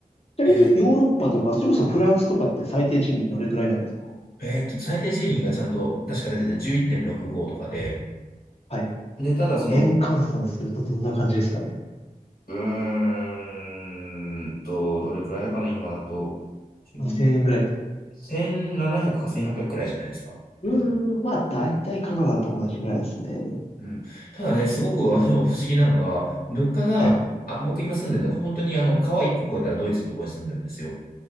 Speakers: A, on the left; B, on the left.
A: ちなみにヨーロッパとか、
B: え
A: それこそフランスとかって最低賃金どれくらいなんですか
B: ー、えーっと、最低賃金がちゃんと確か出てて11.65とかで、
A: はい。
B: で、ただその、
A: 円換算するとどんな感じですかね
B: うーんと、どれくらいかな、今だと、10
A: ?2000 円ぐらいです
B: 1700か1800くくらいじゃないですか、
A: うーん、
B: 多分。
A: まあ大体カナダと同じくらいですね。
B: うん。ただね、すごくあの不思議なのが、物価が、
A: はい。
B: あ、僕今住んでるのが本当にあの、川1個越えたらドイツのとこに住んでるんですよ。